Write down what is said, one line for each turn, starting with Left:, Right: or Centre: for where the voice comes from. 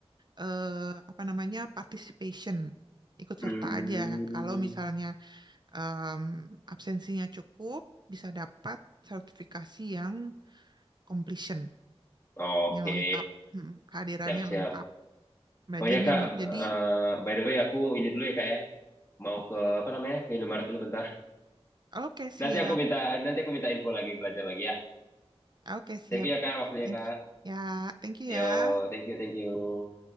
Right: eh, apa namanya participation, ikut
Left: Hmm.
Right: serta aja. Kalau misalnya em, absensinya cukup, bisa dapat sertifikasi yang completion,
Left: Oke.
Right: yang lengkap, Hmm, kehadirannya
Left: Siap, siap.
Right: lengkap, belajarnya.
Left: Oh ya, Kak,
Right: Jadi
Left: eh, by the way aku ini dulu ya, Kak ya. Mau ke apa namanya? Ke Indomaret dulu bentar.
Right: oke siap,
Left: Nanti aku minta nanti aku minta info lagi belajar lagi ya.
Right: oke siap.
Left: Thank you ya, Kak, waktunya,
Right: Thank
Left: Kak.
Right: you. Ya, thank you
Left: Yo,
Right: ya.
Left: thank you, thank you.